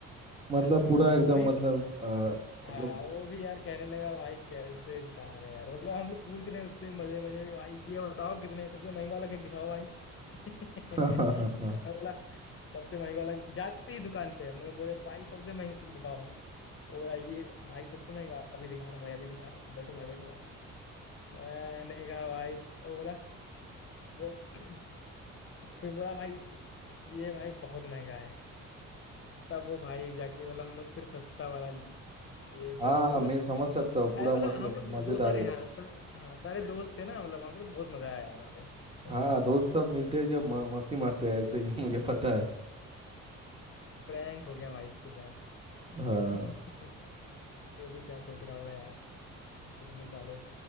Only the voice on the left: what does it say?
अ, तो
वो भी
हाँ
वो भी यार कहने लगा भाई कैसे इंसान है यार मतलब हम लोग पूछ रहे हैं उससे मजे मजे में भाई ये बताओ कितने सबसे महंगा वाला केक दिखाओ भाई <laughs>
मैं
बोला सबसे महंगा वाला जाते ही दुकान पे हम लोग बोले भाई सबसे महंगा केक दिखाओ वो बोला ये भाई सबसे महंगा अभी दिखा रहा हूँ भाई अभी दिखा रहा हूँ बैठो भाई बैठो भाई मैंने कहा भाई वो बोला बो- <clears throat> फिर बोला भाई ये भाई बहुत महंगा है तब वो भाई जाके बोला हम लोग फिर सस्ता वाला लिए
फिर वो-
मतलब
अरे
मतलब
हम लोग
दो सारे
हैं सब हाँ सारे दोस्त थे ना मतलब वहाँ पे तो बहुत मजा आया यार वहाँ पे सुन
के
प्रैंक हो गया भाई उसके साथ
<laughs> वो भी क्या सोच रहा होगा यार कितने साले